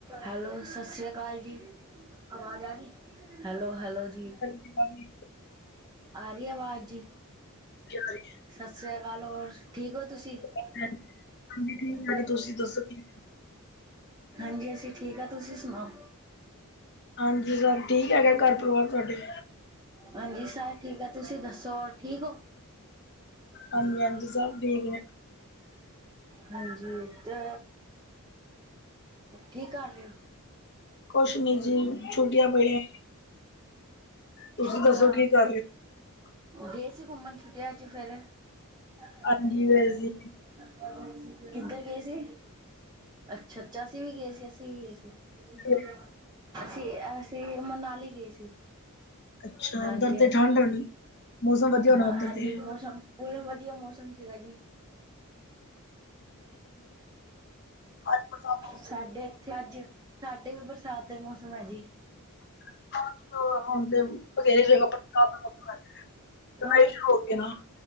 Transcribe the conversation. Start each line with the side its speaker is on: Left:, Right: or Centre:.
Right: Hello, ਸਤਿ ਸ੍ਰੀ ਅਕਾਲ ਜੀ। ਆਵਾਜ਼ ਆ ਰਹੀ ਹੈਲੋ ਹੈਲੋ ਜੀ।
Left: ਦੀ ਵਾਰੀ
Right: ਆ ਰਹੀ ਆਵਾਜ਼ ਜੀ?
Left: ਜਾ ਰਹੀ
Right: ਸਤਿ ਸ੍ਰੀ ਅਕਾਲ ਹੋਰ ਠੀਕ ਹੋ ਤੁਸੀਂ? ਹਾਂ
Left: ਹੈ।
Right: ਜੀ, ਹਾਂ
Left: ਹਾਂਜੀ ਠੀਕ
Right: ਜੀ, ਤੁਸੀ ਕੀ ਕਰਦੇ
Left: ਆ ਤੁਸੀਂ
Right: ਸੀ?
Left: ਦੱਸੋ ਕੀ
Right: ਹਾਂਜੀ ਅਸੀਂ ਠੀਕ ਆ ਤੁਸੀਂ ਸੁਣਾਓ?
Left: ਹਾਂਜੀ, ਸਬ ਠੀਕ ਹੈਗਾ ਘਰ ਪਰਿਵਾਰ ਤੁਹਾਡੇ?
Right: ਹਾਂਜੀ ਸਾਰੇ ਠੀਕ ਆ, ਤੁਸੀਂ ਦੱਸੋ ਹੋਰ ਠੀਕ ਹੋ?
Left: ਹਾਂਜੀ, ਹਾਂਜੀ ਸਭ ਠੀਕ ਨੇ।
Right: ਹਾਂਜੀ ਤੇ ਕੀ ਕਰ ਰਹੇ ਹੋ
Left: ਕੁਛ ਨ ਜੀ ਛੁਟੀਆਂ ਪਈਆਂ ਤੁਸੀਂ
Right: ਛੁੱਟੀਆਂ
Left: ਦੱਸੋ ਕੀ ਕਰ ਰਹੇ ਓ
Right: ਗਏ ਸੀ ਘੁੰਮਣ ਛੁਟਿਆ ਚ ਫੇਰ <unintelligible>
Left: ਹਾਂਜੀ ਵੈਸੇ ਹੀ
Right: ਕਿੱਧਰ ਗਏ ਸੀ ਅੱਛਾ ਅਸੀਂ ਵੀ ਗਏ ਸੀ ਅਸੀਂ ਵੀ ਗਏ ਸੀ <unintelligible>
Left: ਸੀ।
Right: ਅਸੀਂ ਅਸੀਂ ਮਨਾਲੀ ਗਏ ਸੀ
Left: ਅੱਛਾ
Right: ਹਾਂਜੀ
Left: ਉੱਧਰ
Right: ਹਾਂਜੀ
Left: ਤੇ ਠੰਡ ਹੋਣੀ ਮੌਸਮ ਵਧੀਆ ਹੋਣਾ
Right: ਹਾਂ
Left: ਉੱਧਰ
Right: ਹਾਂਜੀ
Left: ਤੇ
Right: ਮੌਸਮ ਪ ਵਧੀਆ ਮੌਸਮ ਸੀਗਾ ਜੀ
Left: ਅੱਜ ਬਰਸਾਤ
Right: ਸਾਡੇ ਇੱਥੇ ਅੱਜ ਸਾਡੇ ਵੀ ਬਰਸਾਤ ਦੇ ਮੌਸਮ ਹੈ ਜੀ
Left: <unintelligible> <unintelligible>
Right: ਹੋਰ